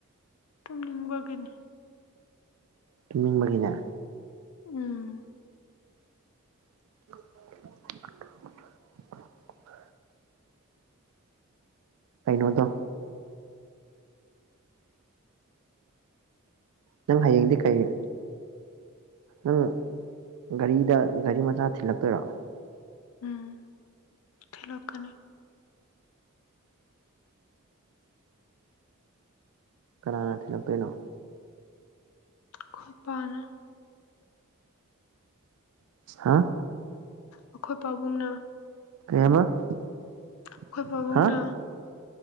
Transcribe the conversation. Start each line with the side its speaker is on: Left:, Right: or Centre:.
Left: ꯇꯨꯝꯅꯤꯡꯕꯒꯦꯅꯤ
Right: ꯇꯤꯅꯤꯡꯕꯒꯤꯅꯦ
Left: ꯎꯝ
Right: <unintelligible> ꯀꯩꯅꯣꯗꯣ ꯅꯪ ꯍꯥꯏꯌꯦꯡ ꯗꯦ ꯈꯌꯦ ꯅꯪ ꯒꯥꯔꯤꯗ ꯒꯥꯔꯤ ꯃꯆꯥ ꯊꯤꯜꯂꯛꯇꯣꯏꯔꯣ
Left: ꯎꯝ ꯈꯜꯂꯀꯅ
Right: ꯀꯅꯥꯅ ꯊꯤꯜꯂꯛꯇꯣꯏꯅꯣ
Left: ꯈꯣꯏ ꯄꯥꯅꯥ
Right: ꯍꯥ
Left: ꯑꯩꯈꯣꯏ ꯄꯥꯕꯨꯡꯅ
Right: <unintelligible>
Left: ꯑꯩꯈꯣꯏ ꯄꯥꯕꯨꯡꯅ